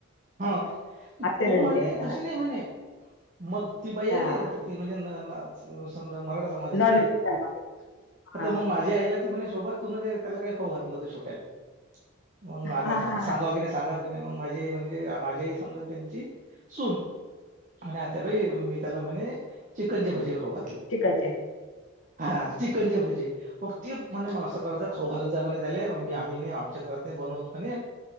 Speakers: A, on the right; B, on the left.
A: हा
B: असे
A: तो
B: नव्हते
A: म्हणे
B: हा
A: तसे नाही म्हणे. मग ती बाई
B: हा
A: आली आता ती म्हणजे समजा मराठा समाजाची
B: नॉन
A: बाई
B: व्हेज
A: आता
B: हा
A: मग माझ्या आईला ती म्हणे शोभा त त्याला काही खाऊ घातलं होत छोट्याले मग
B: हा हा
A: सांगा
B: हा
A: की नाही सगा माझी आई म्हणजे माझी आई समजा त्यांची सून आत्याबाई त्याला म्हणे चिकनचे भजे खाऊ घातले.
B: चिकनचे
A: हा चिकनचे भजी मग ते म्हणे मग असं करत जा खाऊ घालत जाय म्हणे त्याले मी आम्ही नाही आमच्या घरात नाही बनवत म्हणे